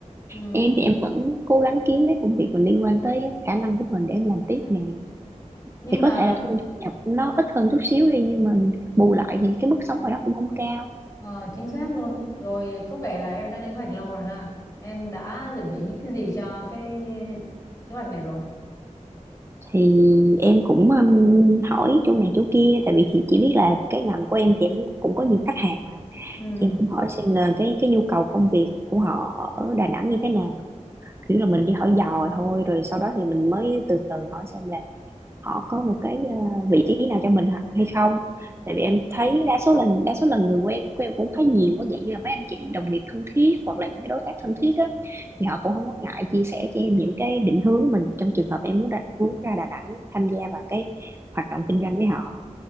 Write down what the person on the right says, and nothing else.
em thì em vẫn cố gắng kiếm mấy công việc mà liên quan tới khả năng của mình để em làm tiếp
nè
thì
có thể là thu thu nhập nó ít hơn chút xíu đi nhưng mà bù lại thì cái mức sống ở đó cũng không cao
thì em cũng um, hỏi chỗ này chỗ kia tại vì thì chỉ biết là cái ngành của em thì em cũng có nhiều khách hàng mà
thì em cũng hỏi xem là cái cái nhu cầu công việc của họ ở Đà Nẵng như thế nào kiểu là mình đi hỏi dò thôi rồi sau đó thì mình mới từ từ hỏi xem là họ có một cái ờ, vị trí nào cho mình hoặc- hay không tại vì em thấy đa số lần đa số lần người quen của em cũng khá nhiều có dạng như là mấy anh chị đồng nghiệp thân thiết hoặc là những cái đối tác thân thiết á thì họ cũng không có ngại chia sẻ cho em những cái định hướng mình trong trường hợp em muốn ra, muốn ra Đà Nẵng tham gia vào cái hoạt động kinh doanh với họ